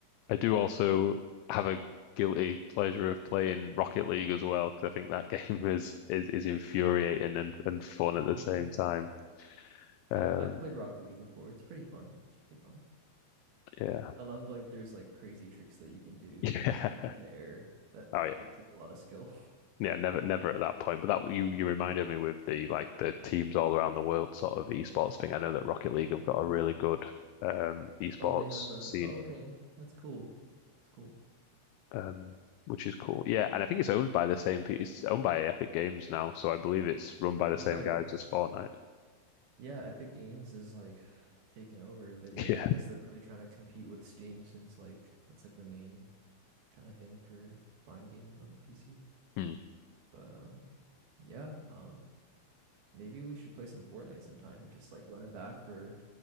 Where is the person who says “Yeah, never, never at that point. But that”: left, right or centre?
Left